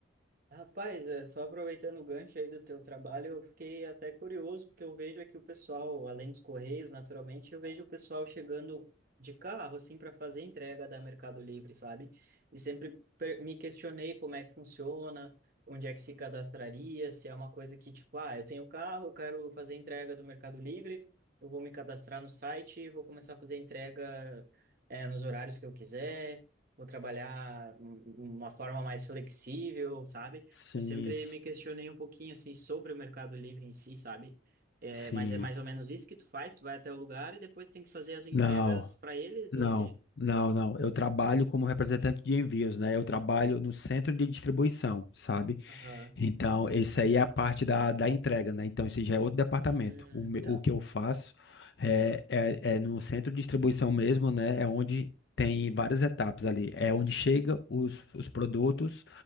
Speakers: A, on the right; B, on the left.
A: Rapaz, é, só aproveitando o gancho aí do teu trabalho, eu fiquei até curioso, porque eu vejo aqui o pessoal, além dos correios, naturalmente, eu vejo o pessoal chegando de carro, assim, para fazer entrega da Mercado Livre, sabe? E sempre per- me questionei como é que funciona, onde é que se cadastraria, se é uma coisa que, tipo, ah, eu tenho carro, eu quero fazer entrega do Mercado Livre, eu vou me cadastrar no site, e vou começar a fazer entrega, é, nos horários que eu quiser. Vou trabalhar hum, uma forma mais flexível, sabe?
B: Sim,
A: Eu sempre me questionei um pouquinho assim sobre o Mercado Livre em si, sabe? É,
B: sim.
A: mas é mais ou menos isso que tu faz, tu vai até o lugar e depois tem que fazer as entregas
B: Não.
A: para eles
B: Não,
A: ou o quê?
B: não, não. Eu trabalho como representante de envios, né? Eu trabalho no centro de distribuição, sabe?
A: Aham.
B: Então, esse aí é a parte da, da entrega, né? Então, esse já é outro departamento.
A: Hum,
B: O, me-
A: tá.
B: o que eu faço é, é, é no centro de distribuição mesmo, né? É onde tem várias etapas ali. É onde chega os, os produtos,